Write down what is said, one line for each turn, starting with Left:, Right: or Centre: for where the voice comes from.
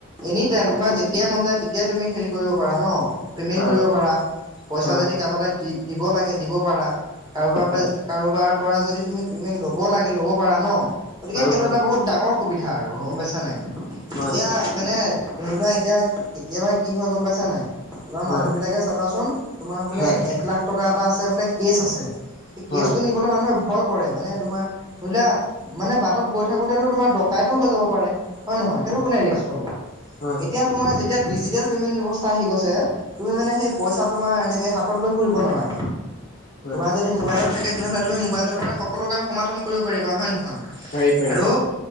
Right: এনি টাইম যেতিয়াই মন যায় তেতিয়াই তুমি হেৰি কৰিব পাৰা ন। পেমেন্ট
Left: পাৰো
Right: কৰিব
Left: পাৰো
Right: পাৰা, পইচা
Left: হয়
Right: যদি কাৰবালৈ দি দিব লাগে দিব পাৰা কাৰোবাৰ পৰা
Left: হয়
Right: কাৰোবাৰ পৰা যদি তুমি পেমেণ্ট ল'ব লাগে ল'ব পাৰা, ন গতিকে
Left: পাৰো
Right: সেইটো
Left: পাৰো
Right: এটা বহুত ডাঙৰ সুবিধা আৰু গ'ম পাইছা নে নাই।
Left: হয়
Right: এতিয়া মানে ধৰি লোৱা এতিয়া, কেতিয়াবা কি হয় গ'ম পাইছা নাই। তোমাৰ
Left: হয়
Right: মানুহ বিলাকে চাবাচোন তোমাৰ বোলে
Left: হয়
Right: এক লাখ টকা এটা আছে বোলে কেচ আছে। এই
Left: হয়
Right: কেছটো নি মানুহে ভয় কৰে মানে তোমাৰ ধৰি লোৱা মানে বাটত গৈ থাকোতেতো তোমাৰ ডকাই হয় যাব পাৰে হয় নহয় সেইটো কোনে ৰিস্ক লব
Left: হয়
Right: এতিয়া তোমাৰ যেতিয়া ডিজিটেল পে'মেণ্ট ব্যৱস্থা আহি গৈছে তুমি মানে সেই পইচা তোমাৰ এনেকে হাতত লৈ ফুৰিব নালাগে।
Left: হয়
Right: তোমাৰ যদি মোবাইলত থাকে তেনেহলে তুমি মোবাইলৰ পৰা সকলো কাম সমাধান কৰিব পাৰিবা হয় নহয়
Left: পাৰি পাৰি
Right: আৰু